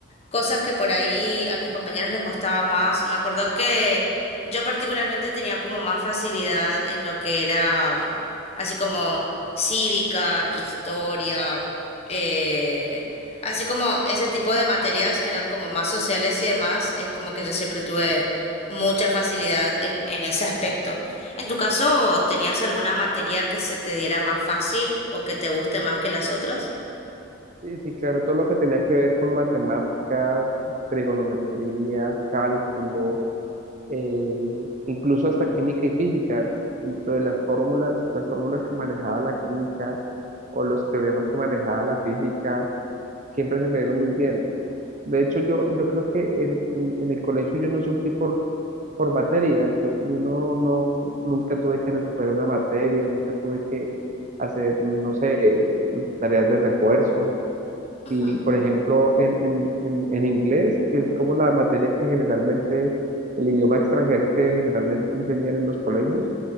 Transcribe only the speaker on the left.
cosas que por ahí a mis compañeros les costaba más. Me acuerdo que yo particularmente tenía como más facilidad en lo que era mm, así como cívica, historia, eh, así como ese tipo de materias que eran como más sociales y demás, es como que yo siempre tuve mucha facilidad en, en ese aspecto. En tu caso, ¿tenías alguna materia que se te diera más fácil o que te guste más que las otras?
Ujú.